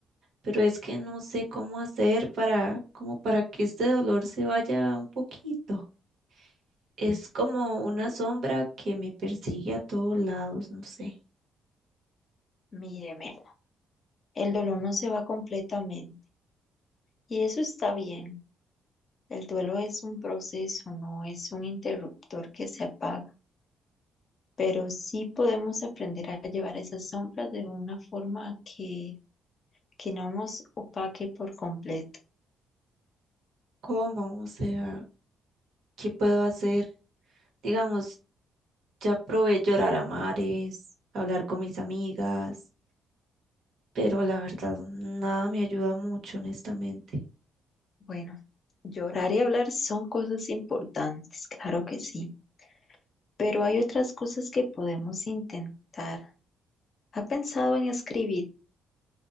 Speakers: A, on the right; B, on the left.
A: pero es que no sé cómo hacer para, como para que este dolor se vaya un poquito. Es como una sombra que me persigue a todos lados, no sé.
B: Mire, Mela, el dolor no se va completamente. Y eso está bien. El duelo es un proceso, no es un interruptor que se apaga. Pero sí podemos aprender a llevar esas sombras de una forma que que no nos opaque por completo.
A: ¿Cómo? O sea, ¿qué puedo hacer? Digamos, Ya probé llorar a mares, hablar con mis amigas, pero la verdad nada me ayuda mucho, honestamente.
B: Bueno, llorar y hablar son cosas importantes, claro que sí, pero hay otras cosas que podemos intentar. ¿Ha pensado en escribir?